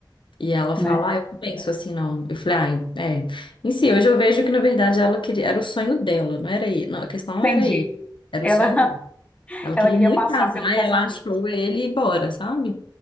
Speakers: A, on the left (about 80°); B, on the left (about 15°).
A: e ela fala,
B: né?
A: ah, eu não penso assim, não. Eu falei, ah, é. Em si, hoje eu vejo que, na verdade, ela queria, era o sonho dela, não era ele. Não, a questão não
B: Entendi.
A: era ele, era
B: Ela,
A: o sonho
B: <laughs>
A: dele. Ela
B: ela
A: queria
B: queria
A: muito
B: passar
A: casar
B: pelo casamento.
A: e ela achou ele e bora, sabe?